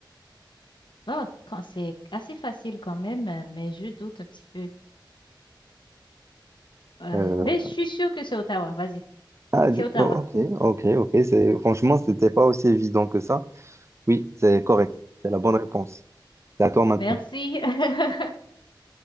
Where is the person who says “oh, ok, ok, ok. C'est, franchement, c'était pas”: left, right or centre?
Right